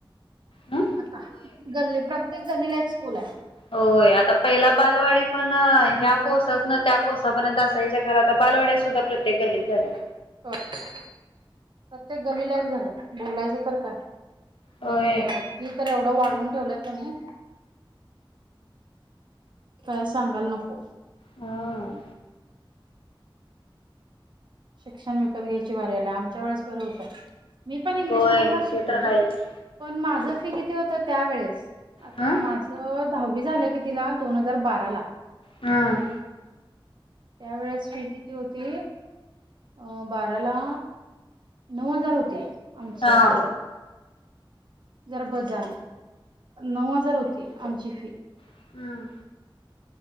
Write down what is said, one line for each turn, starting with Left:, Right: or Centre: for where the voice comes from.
Left: ह.
Right: आता गल्ली प्रत्येक गल्लीला एक स्कूल आहे.
Left: होय आता पहिला बालवाडी पण ह्या कोस ना, त्या कोसापर्यंत असाईच्या घरात बालवड्या सुद्धा प्रत्येक गलित झाल्या.
Right: हो प्रत्येक गलीला यक झालं बोलायचं तर काय? आणि
Left: होय
Right: ती तर एवढं वाढवून ठेवलंय त्यांनी काय सांगायला नको
Left: हम्म
Right: शिक्षण विकत घ्यायची बारी आली आम्ह च्या वेळेस बरं होत. मी पण इंग्लीश
Left: होय
Right: मीडियम ला शिकलो
Left: ते तर
Right: हे
Left: आहेच.
Right: पण माझ किती होत त्यावेेळेस आता
Left: हम्म
Right: माझ दहावी झालं कि तिला दोन हजार बारा ला
Left: हम्म.
Right: त्या वेळेस फी किती होती अ बारा ला नऊ हजार होते आमची
Left: हा
Right: माझ जरा बजाल नऊ हजार होती आमची फी
Left: हम्म